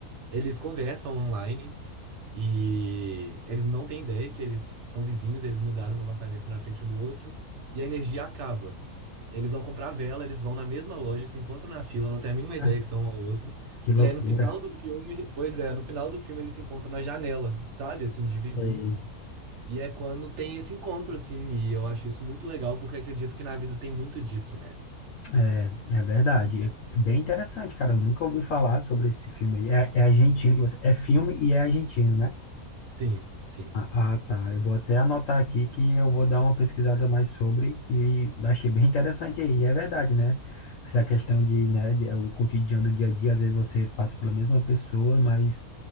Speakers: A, on the right; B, on the left.
A: eles conversam online e eles não têm ideia que eles são vizinhos, eles mudaram para apartamento na frente um do outro e a energia acaba. Eles vão comprar vela, eles vão na mesma loja, se encontram na fila, não têm a mínima
B: Ah,
A: ideia que são um ao outro.
B: que loucura.
A: E aí no final do filme, pois é, no final do filme eles se encontram na janela, sabe, assim, de vizinhos.
B: Sei.
A: E é quando tem esse encontro, assim, e eu acho isso muito legal porque acredito que na vida tem muito disso, né?
B: É, é verdade. É bem interessante, cara. Eu nunca ouvi falar sobre esse filme aí. É, é argentino que você. É filme e é argentino, né?
A: Sim, sim.
B: Ah, ah, tá. Eu vou até anotar aqui que eu vou dar uma pesquisada mais sobre e achei bem interessante aí. E É verdade, né? Essa questão de, né, de- o cotidiano do dia a dia, às vezes você passa pela mesma pessoa, mas,